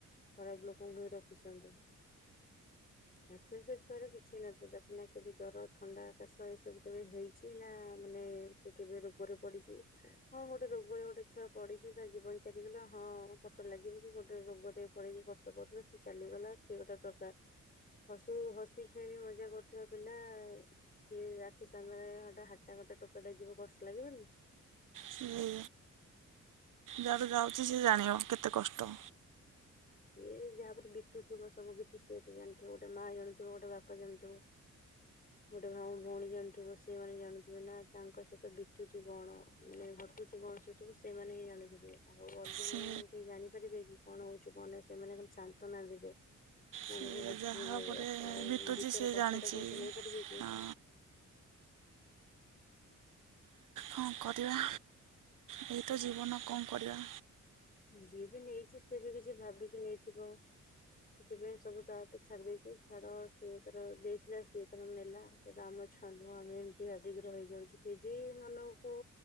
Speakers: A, on the left; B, on the right.
A: ଖରାପ ଲୋକଙ୍କୁ ହିଁ ରଖୁଛନ୍ତି। ଆକ୍ଚୁଆଲି ସେ ଛୁଆର କି କିଛି ନଥିଲା। ନା କେବେ ଜର, ଥଣ୍ଡା, କାଶ ଏସବୁ କେବେ ହେଇଛି ନା ମାନେ ସେ କେବେ ରୋଗରେ ପଡିଛି। ହଁ ଗୋଟେ ରୋଗରେ ଗୋଟେ ଛୁଆ ପଡିଛି ତା ଜୀବନ ଚାଲିଗଲା, ହ ପଛରେ ଲାଗିବୁ କି ଗୋଟେ ରୋଗରେ ପଡିକି କଷ୍ଟ ପାଉଥିଲା, ସେ ଚାଲିଗଲା ସେ ଗୋଟେ ପ୍ରକାର ହସୁ ହସି ଖେଳି ମଜା କରୁଥିବା ପିଲା ସିଏ ଆଖି ସାମ୍ନାରେ ହାଟା ଗୋଟା ଟୋକାଟା ଯିବ କଷ୍ଟ ଲାଗିବନି।
B: ହୁଁ, ଯାହାର ଯାଉଛି ସେ ଜାଣିବ କେତେ କଷ୍ଟ।
A: ସିଏ ଯାହାଉପରେ ବିତୁଥିବ ସବୁ କିଛି, ସିଏ ତ ଜାଣିଥିବ ଗୋଟେ ମା ଜାଣୁଥିବ ଗୋଟେ ବାପା ଜାଣୁଥିବ। ଗୋଟେ ଭାଉ ଭଉଣୀ ଜାଣୁଥିବ, ସେମାନେ ଜାଣୁଥିବେ ନା ତାଙ୍କ ସହିତ ବିତୁଛି ବଣ ମାନେ ଘଟୁଛି କଣ, ସେ ସବୁ ସେମାନେ ହିଁ ଜାଥିବେ। ଆଉ ଅଲଗା
B: ସେ
A: ମାନେ ଜାଣିପାରିବେ କି କଣ ହୋଉଛି କଣ ସେମାନେ ଖାଲି ଶାନ୍ତନା ଦେବେ, ମନକୁ
B: ସେ
A: ବୁଝି
B: ଯାହା
A: ଦେଇଦବେ।
B: ଉପରେ
A: ଆଉ
B: ବିତୁଛି
A: ଭିତର
B: ସେ
A: କଷ୍ଟଟା
B: ଜାଣିଛି
A: କଣ ସେ ନେଇପାରିବେ କି?
B: ହଁ କଣ କରିବା? ଇଏ ତ ଜୀବନ କଣ କରିବା?
A: ଯିଏ ବି ନେଇଛି ସିଏ ବି କିଛି ଭାବିକି ନେଇଥିବ। ସେଥିପାଇଁ ସବୁ ତା ଉପରେ ଛାଡି ଦେଇେଛି, ଛାଡ ସିଏ ତାର ଦେଇଥିଲା ସିଏ ତାର ନେଲା। ସେ ଆମ ଛୁଆ ନୁହଁ। ଆମେ ଏମିତି ଭାବିକି ରହିଯାଉଛୁ। ଫିର୍ ବି ମନକୁ